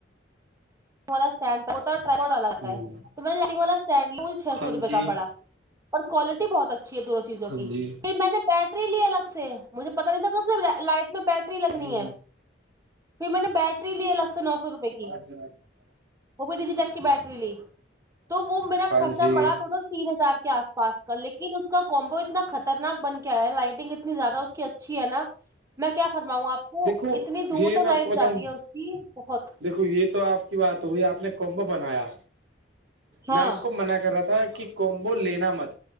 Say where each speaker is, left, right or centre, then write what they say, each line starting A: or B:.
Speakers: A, on the right (about 20°); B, on the right (about 80°).
A: ینڈ ہو لگتا
B: ہ
A: ہے تو میں والاڈ چھ
B: ہاں
A: سو روپے
B: جی
A: کا پڑا اور کوالٹی بہت اچھی ہے دونوں چیزوں
B: ہاں
A: کی
B: جی
A: پھر میں نے بیٹری لی الگ سے مجھے پتا نہیں تھا کہ لائٹ میں بیٹری لگنی
B: ہ
A: ہے پھر میں نے بیٹری لی الگ سے نو سو روپے کی
B: اچچ <inaudible>
A: وہ بھی ڈی جیٹک کی بیٹری لی تو وہ میرا
B: ہاں
A: خرچہ
B: جی
A: پڑا ٹوٹل تین ہزار کے آس پاس لیکن اس کا کومبو اتنا خطرناک بن کے آیا لائٹنگ اتنی زیادہ اس اچھی ہے نا میں کیا فرماؤں آپ کو
B: دیکھو
A: اتنی دور
B: یہ میں
A: تو لائٹ
B: آپ کو بتاؤں
A: جاتی ہے اس کی بہت
B: دیکھو یہ تو آپ کی بات ہوئی آپ نے کومب بنایا
A: ہاں
B: میں آپ کو منع کر رہا تھا کہ کومبو لینا مت